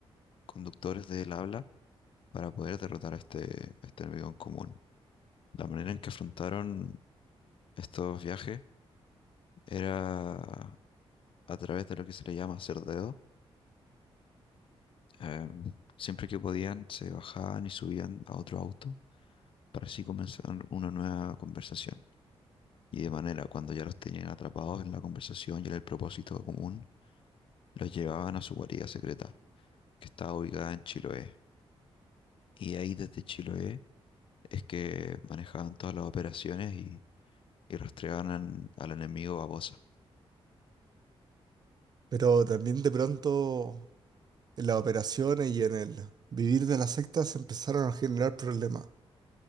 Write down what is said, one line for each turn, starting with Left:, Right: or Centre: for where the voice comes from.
Left: conductores del habla para poder derrotar a este, a este enemigo en común. La manera en que afrontaron estos viajes era a través de lo que se le llama hacer dedo. Em, siempre que podían, se bajaban y subían a otro auto para así comenzar una nueva conversación. Y de manera, cuando ya los tenían atrapados en la conversación y en el propósito común, los llevaban a su guarida secreta, que estaba ubicada en Chiloé Y de ahí desde Chiloé es que manejaban todas las operaciones y, y rastreaban al enemigo a Bosa.
Right: Pero también de pronto en las operaciones y en el vivir de las sectas se empezaron a generar problemas.